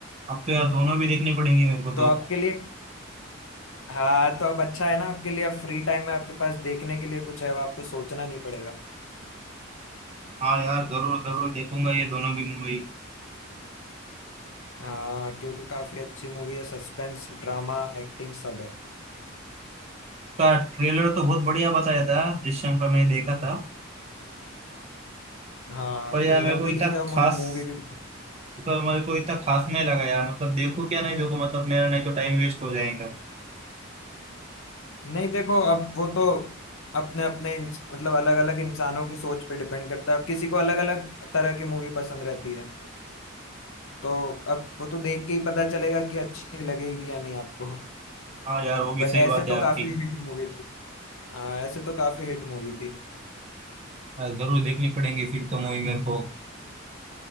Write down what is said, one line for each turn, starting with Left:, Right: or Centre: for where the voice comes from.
Right: अब तो यार दोनों भी देखने पड़ेंगे मेरे को तो
Left: तो आपके लिए हाँ तो अब अच्छा है ना आपके लिए फ्री टाइम में आपके पास देखने के लिए कुछ है अब आपको सोचना नहीं पड़ेगा
Right: हाँ यार जरूर जरूर देखूंगा ये दोनों भी मूवी
Left: हाँ क्योंकि काफी अच्छी मूवी है सस्पेंस ड्रामा एक्टिंग सब है
Right: का ट्रेलर तो बहुत बढ़िया बताया था जिस टाइम पर मैंने देखा था
Left: हाँ
Right: पर यार
Left: ट्रेलर
Right: मेरे को
Left: भी
Right: इतना
Left: ठीक है
Right: खास
Left: मूवी भी
Right: पर मेरे को इतना खास नहीं लगा यार मतलब देखो क्या नहीं देखो मतलब मेरा नहीं तो टाइम वेस्ट हो जाएगा
Left: नहीं देखो अब वो तो अपने अपने इंस- मतलब अलग अलग इंसानों की सोच पे डिपेंड करता है अब किसी को अलग अलग तरह की मूवी पसंद रहती है तो अब वो तो देख के ही पता चलेगा कि अच्छी लगेगी या नहीं आपको
Right: हाँ यार वो भी
Left: बट
Right: सही
Left: ऐसे
Right: बात है
Left: तो
Right: आपकी
Left: काफी हिट मूवी थी हाँ ऐसे तो काफी हिट मूवी थी
Right: यार जरूर देखनी पड़ेगी फिर तो मूवी मेरे को